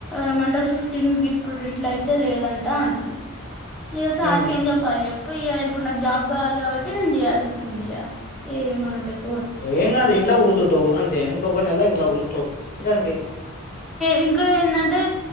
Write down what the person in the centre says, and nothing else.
ఏమంటారు ఫిఫ్టీన్ ఇప్పుడు ఇట్లాయి అయితే లేదంట అంటు ఇ సార్కి
ఏం చెప్పాలి ఎప్పు ఇప్పుడు నా జాబ్ కా కాబట్టి నేను చేయాల్సి వస్తుంది ఏ మనం లేక
ఇంకా ఏంటంటే